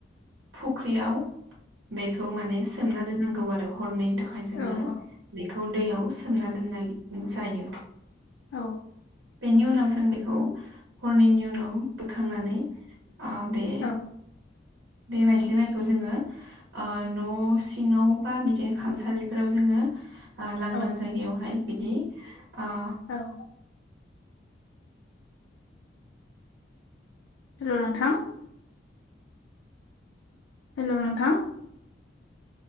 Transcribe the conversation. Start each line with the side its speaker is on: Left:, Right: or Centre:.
Right: फुख्रियाव बेखौ माने सोमना दोननांगौ आरो हरनैनि थाखाय जोङो
Left: औ
Right: बेखौ। उन्दैयाव सोमना दोननाय नों जायो।
Left: औ।
Right: बेनि उनाव जों बेखौ हरनैनि उनाव बोखांनानै आ बे।
Left: औ
Right: बे माइज्लि माइखौ जोंङो ओ न' सिङाव। बा बिदि खामसालिफोराव जोंङो आ लांदां
Left: औ
Right: जायगायावहाय बिदि। आं।
Left: औ हेलौ नोंथां। हेलौ नोंथां।